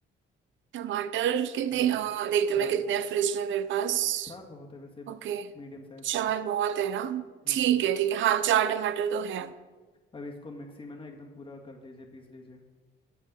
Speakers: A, on the right; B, on the left.
A: टमाटर कितने
B: हम्म
A: अ, देखते
B: चार
A: हैं मैं कितने हैं फ्रिज में मेरे पास
B: चार बहुत है वैसे
A: ओके
B: मीडियम साइज
A: चार
B: का
A: बहुत है ना
B: हम्म
A: ठीक है ठीक है हाँ चार टमाटर तो है
B: अब इसको मिक्सी में ना एकदम पूरा कर लीजिए पीस लीजिए